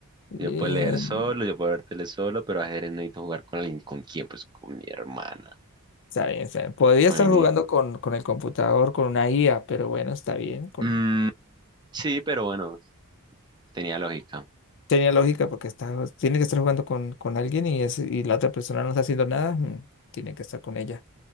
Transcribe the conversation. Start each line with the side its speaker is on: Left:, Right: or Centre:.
Left: bien.
Right: Yo puedo leer solo, yo puedo ver tele solo, pero ajedrez necesito jugar con alguien. ¿Con quién? Pues con mi hermana.
Left: Está bien, está bien. Podría
Right: Bueno,
Left: estar jugando
Right: y-
Left: con, con el computador, con una IA, pero bueno, está bien. Con...
Right: mm, sí, pero bueno, tenía lógica.
Left: Tenía lógica porque está, tiene que estar jugando con, con alguien y, es, y la otra persona no está haciendo nada. mm, tiene que estar con ella.